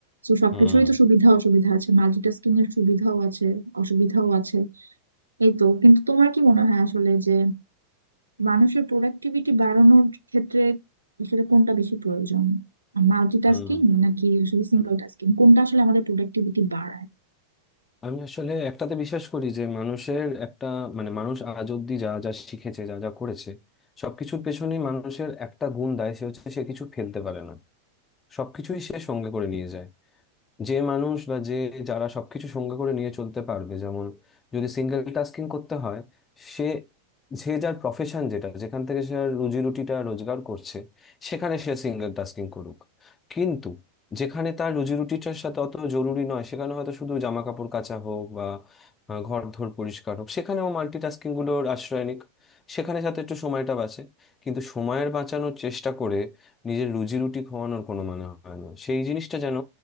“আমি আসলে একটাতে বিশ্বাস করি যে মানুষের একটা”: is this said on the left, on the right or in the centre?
Left